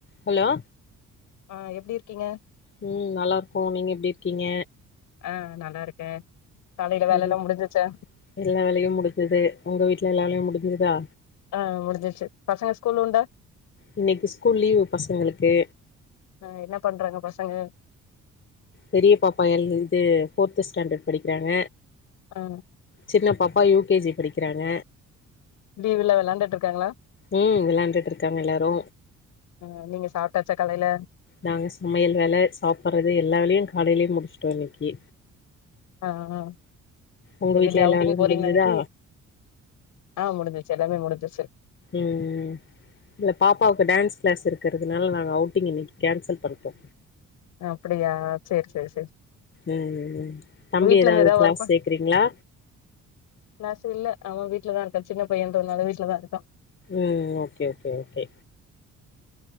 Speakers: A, on the left; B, on the left.
A: Hello
B: ஆ எப்டி இருக்கீங்க
A: ம் நல்லா இருக்கோ, நீங்க எப்டி இருக்கீங்க?
B: ஆ நல்லா இருக்கே காலைல வேல
A: ம்
B: எல்லா முடிஞ்சிச்சா
A: எல்லா வேலையு முடிஞ்சுது உங்க வீட்ல எல்லா வேலையு முடிஞ்சதா
B: ஆ முடிஞ்சிருச்சு பசங்க ஸ்கூல் உண்டா
A: இன்னைக்கி ஸ்கூல் லீவு பசங்களுக்கு
B: ஆ என்ன பண்றாங்க பசங்க
A: பெரிய பாப்பா எல் இது ஃபோர்த் ஸ்டாண்டர்ட் படிக்கிறாங்க
B: ஆ
A: சின்னப்பாப்பா யூ கே ஜி படிக்கிறாங்க
B: லீவுல வெளாண்டுட்டு இருக்காங்களா
A: ம் வெளையாண்டுட்டு இருக்காங்க எல்லாரு
B: ம் நீங்க சாப்ட்டாச்சா கலைல
A: நாங்க சமையல் வேல சாப்புட்றது எல்லா வேலயு காலைலே முடிச்சுட்டோ இன்னைக்கி
B: ஆஆ இப்ப
A: உங்க வீட்ல
B: வெளிய
A: எல்லா
B: ஔட்டிங்
A: வேலையு
B: போறிங்ளா
A: முடிஞ்சுதா
B: இன்னைக்கி ஆ முடிஞ்ச்சு எல்லாமே முடிஞ்சிருச்சு
A: ம் ம் இல்ல பாப்பாவுக்கு டான்ஸ் கிளாஸ் இருக்கிறதுனால நாங்க அவுட்டிங் இன்னைக்கி கேன்சல் பண்டோ.
B: அப்டியா சேரி சேரி சேரி
A: ம் ம் தம்பி
B: வீட்ல
A: ஏதாவது
B: இருந்து
A: கிளாஸ்
B: ஒர்க் பண்
A: சேக்றீங்ளா
B: கிளாஸ் இல்ல அவ வீட்லதா இருக்கா சின்ன பையன்றனால வீட்லதா இருக்கா
A: ம் ஓகே ஓகே ஓகே